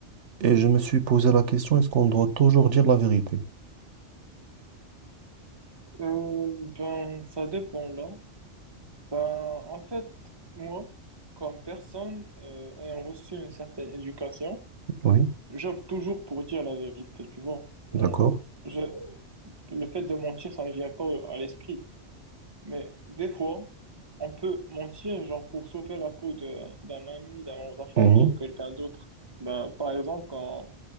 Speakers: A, on the right (about 75°); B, on the right (about 20°).
A: Et je me suis posé la question, est-ce qu'on doit toujours dire la vérité?
B: Euh, ben, ça dépend là. Ben, en fait, moi, comme personne euh, ayant reçu une certaine éducation,
A: Oui,
B: j'opte toujours pour dire la vérité, tu vois. Genre,
A: d'accord.
B: je, le fait de mentir, ça ne me vient pas à l'esprit. Mais des fois, on peut mentir, genre, pour sauver la peau de- d'un ami, d'un membre de la famille
A: Mhm,
B: ou quelqu'un d'autre. Ben, par exemple, quand,